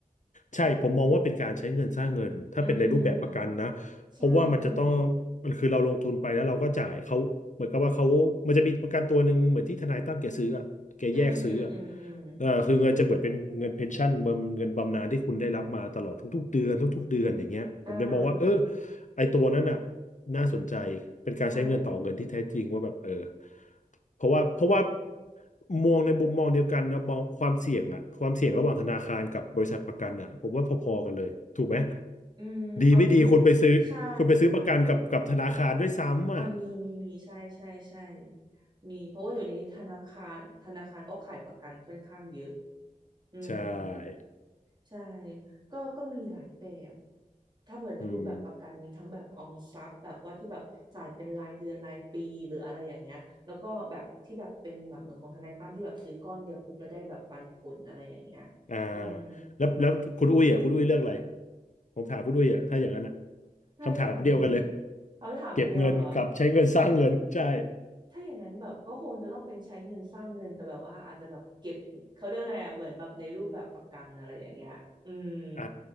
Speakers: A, on the left (about 60°); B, on the right (about 30°).
A: ใช่ผมมองว่าเป็นการใช้เงินสร้างเงินถ้าเป็นในรูปแบบประกันนะเพราะว่ามันจะต้อง
B: อืมใช่
A: มันคือเราลงทุนไปแล้วเราก็จ่ายเขาเหมือนกับว่าเขามันจะมีประกันตัวหนึ่งเหมือนที่ทนายตั้มแกซื้ออะแกแยกซื้ออะ
B: อืมอืมอืมอืม
A: เออคือเงินจะเหมือนเป็นเงินเพนชั่นบำเงินบำนาญที่คุณได้รับมาตลอดทุกๆเดือนทุกๆเดือนอย่างเงี้ยผมเลยมองว่าเออ
B: อ่า
A: ไอตัวนั้นน่ะน่าสนใจเป็นการใช้เงินต่อเงินที่แท้จริงว่าแบบเออ
B: อ่า
A: เพราะว่าเพราะว่ามองในมุมมองเดียวกันนะมองความเสี่ยงอะความเสี่ยงระหว่างธนาคารกับบริษัทประกันอะผมว่าพอๆกันเลยถูกไหม
B: อืมเอาจริง
A: ดีไม่ดีคุณไปซื้อคุณไปซื้อประกันกับกับธนาคารด้วยซ้ำอะ
B: ใช่อ่ามีมีมีใช่ใช่ใช่มีเพราะว่าอยู่นี้ธนาคารธนาคารก็ขายประกันค่อนข้างเยอะอืม
A: ใช่
B: ใช่ก็ก็มีหลายแบบ ถ้าเปิดในรูปแบบประกันมีทั้งแบบออมทรัพย์แบบว่าที่แบบจ่ายเป็นรายเดือนรายปีหรืออะไรอย่างเงี้ย
A: อืม
B: แล้วก็แบบที่แบบเป็นแบบเหมือนของทนายตั้มที่แบบซื้อก้อนเดียวปุ๊บแล้วได้แบบปันผลอะไรอย่างเงี้ย
A: อ่า
B: อืม
A: แล้วแล้วคุณอุ้ยอ่ะคุณอุ้ยเลือกอะไรผมถามคุณอุ้ยอ่ะถ้าอย่างนั้นอ่ะ
B: ถ้าอย่างนั้น
A: คำถามเดียวกันเลย
B: คำถามเดียวเหรอ
A: เก็บเงินกับใช้เงินสร้างเงินใช่
B: ถ้าอย่างนั้นแบบก็คงจะต้องเป็นใช้เงินสร้างเงินแต่แบบว่าอาจจะแบบเก็บเขาเรียกไงอะเหมือนแบบในรูปแบบประกันอะไรอย่างเงี้ยอืม
A: อ่